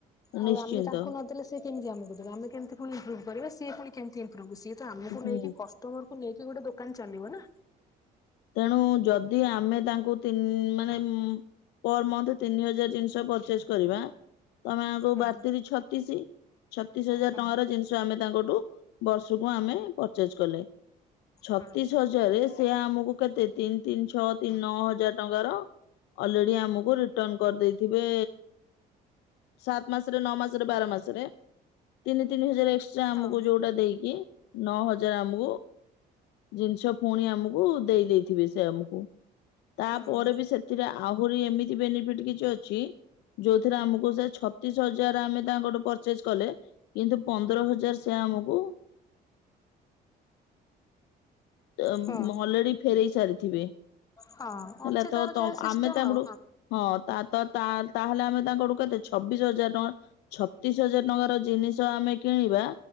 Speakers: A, on the left; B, on the left.
A: ଆଉ
B: ନିଶ୍ଚିନ୍ତ
A: ଆମେ ତାଙ୍କୁ ନଦେଲେ ସେ ସେମିତି କେମତି ଆମକୁ ଦବା ଆମେ କେମତି ପୁଣି ଇମ୍ପ୍ରୁଭ କରିବା ସିଏୁ ପୁଣି କେମତି ଇମ୍ପ୍ରୁଭ ସି ତ ଆମକୁ
B: ହୁଁ
A: ନେଇ କସ କଷ୍ଟମର କୁ ନେଇକି ଗୋଟେ ଦୋକାନ ଚାଲିବ ନା।
B: ତେଣୁ ଯଦି ଆମେ ତାଙ୍କୁ ତିନ ମାନେ ମୁଁ ପର ମନ୍ଥ ତିନି ହଜାର ଜିନିଷ ପରଚେଜ କରିବା ତମେ ଆକୁ
A: ହଁ
B: ବାରତିରି ଛତିଶ ଛତିଶ ହଜାର
A: ହଁ
B: ଟଙ୍କାର ଜିନିଷ ଆମେ ତାଙ୍କଠୁ ବର୍ଷକୁ ଆମେ ପରଚେଜ କଲେ। ଛତିଶ
A: ହଁ
B: ହଜାରରେ ସେ ଆମକୁ କେତେ ତିନି ତିନି ଛଅ ତିନି ନଅ ହଜାର ଟଙ୍କାର ଅଲରେଡି ଆମକୁ ରିଟର୍ଣ କରିଦେଇଥିବେ ସାତ ମାସରେ, ନଅ ମାସରେ, ବାର ମାସରେ। ତିନି ତିନି ହଜାର ଏକ୍ସଟ୍ରା ଆମକୁ
A: ହଁ
B: ଯୋଉଟା ଦେଇକି ନଅ ହଜାର ଆମକୁ ଜିନିଷ ପୁଣି ଆମକୁ ଦେଇ ଦେଇେଇଥିବେ ସେ ଆମକୁ ତାପରେ
A: ହଁ।
B: ବି ସେଥିରେ ଆହୁରି ଏମିତି ବେନିଫିଟ କିଛି ଅଛି ଯୋଉଥିରେ ଆମକୁ ସେ ଛତିଶ ହଜାର ଆମେ ତାଙ୍କଠୁ ପରଚେଜ କଲେ। କିନ୍ତୁ ପନ୍ଦର ହଜାର ସେ ଆମକୁ ଅ ଉଁ
A: ହଁ
B: ଅଲରେଡି ଫେରେଇ ସାରିଥିବେ,
A: ହଁ ଅଛି
B: ହେଲା ତ
A: ତାର ଯାହା ସିଷ୍ଟମ
B: ଆମେ ତାଙ୍କଠୁ
A: ଆଉ
B: ହଁ ତା ତ ତା ତାହେଲେ ଆମେ ତାଙ୍କଠୁ କେତେ ଛବିଶ ହଜାର ଟଙ୍କା ଛତିଶ ହଜାର ଟଙ୍କାର ଜିନିଷ ଆମେ କିଣିବା